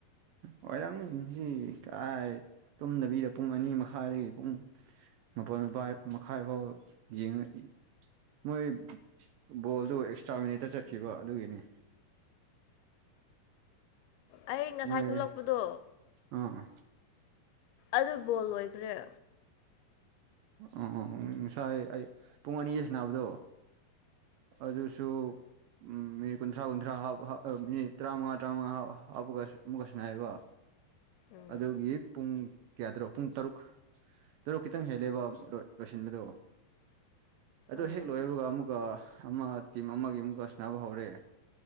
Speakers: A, on the right; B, on the left.
A: ꯑꯣꯏꯔꯝꯅꯤ ꯉꯁꯤ ꯀꯔꯥꯏ ꯇꯨꯝꯗꯕꯤꯗ ꯄꯨꯡ ꯑꯅꯤ ꯃꯈꯥꯏꯗꯒꯤ ꯄꯨꯡ ꯃꯄꯜ ꯃꯄꯥꯏ ꯃꯈꯥꯏ ꯐꯥꯎ ꯌꯦꯡꯉ ꯏ ꯃꯣꯏ ꯕꯣꯜꯗꯨ ꯑꯦꯛꯁꯇ꯭ꯔꯥ ꯃꯤꯅꯤꯠꯇ ꯆꯠꯈꯤꯕ ꯑꯗꯨꯒꯤꯅꯤ
B: ꯑꯩ ꯉꯁꯥꯏ
A: ꯃꯣꯏ
B: ꯊꯣꯛꯂꯛꯄꯗꯣ
A: ꯑꯥ ꯑ
B: ꯑꯗꯨ ꯕꯣꯜ ꯂꯣꯏꯈ꯭ꯔꯦ
A: ꯑꯑ ꯉꯁꯥꯏ ꯑꯩ ꯄꯨꯡ ꯑꯅꯤꯗ ꯁꯥꯟꯅꯕꯗꯣ ꯑꯗꯨꯁꯨ ꯎꯝ ꯃꯤꯅꯤꯠ ꯀꯨꯟꯊ꯭ꯔꯥ ꯀꯨꯟꯊ꯭ꯔꯥ ꯍꯥꯞ ꯍꯥꯞ ꯃꯤꯅꯤꯠ ꯇꯔꯥꯃꯉꯥ ꯇꯔꯥꯃꯉꯥ ꯍꯥ ꯍꯥꯞꯄꯒ ꯑꯃꯨꯛꯀ ꯁꯥꯟꯅꯩꯕ
B: ꯎꯝ
A: ꯑꯗꯨꯒꯤ ꯄꯨꯡ ꯀꯌꯥꯗꯔꯣ ꯄꯨꯡ ꯇꯔꯨꯛ ꯇꯔꯨꯛ ꯈꯤꯇꯪ ꯍꯦꯜ ꯂꯩꯕꯥꯛ ꯂꯣꯏꯁꯤꯟꯕꯗ ꯑꯗꯨ
B: ꯑꯥ
A: ꯍꯦꯛ ꯂꯣꯏꯕꯒ ꯑꯃꯨꯛꯀ ꯑꯃ ꯇꯤꯝ ꯑꯃꯒꯤ ꯑꯃꯨꯛꯀ ꯁꯥꯟꯅꯕ ꯍꯧꯔꯦ